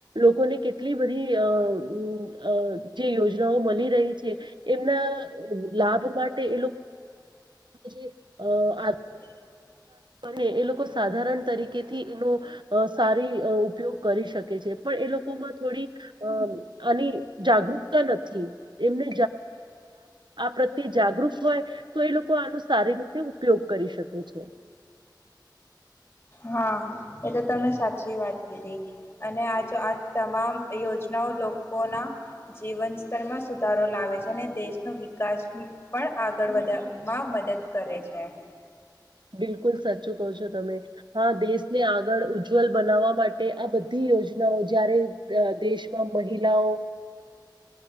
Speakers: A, on the right (about 75°); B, on the left (about 30°).
A: લોકોને કેટલી બધી અ જે યોજનાઓ મળી રહી છે એમના લાભ માટે એ લુ જે અ આધાર
B: <inaudible>
A: બને એ લોકો સાધારણ તરીકે થી એનો સારી ઉપયોગ કરી શકે છે તે એ લોકોમાં થોડી અ આની જાગૃકતા નથી એમને પ્રત્યે જાગૃત હોય તો એ લોકો આનો સારી રીતે ઉપયોગ કરી શકે. છે.
B: હા એ તો તમે સાચી વાત કીધી અને આ જો આ તમામ યોજનાઓ લોકોના જીવન સ્તરમાં સુધારો લાવે છે ને દેશનો વિકાસ પણ આગળ વધવામાં મદદ કરે છે.
A: બિલકુલ સાચું કો છો તમે. હા દેશને આગળ ઉજ્જવલ બનાવવા માટે આ બધી યોજનાઓ જયારે દેશ મહિલાઓ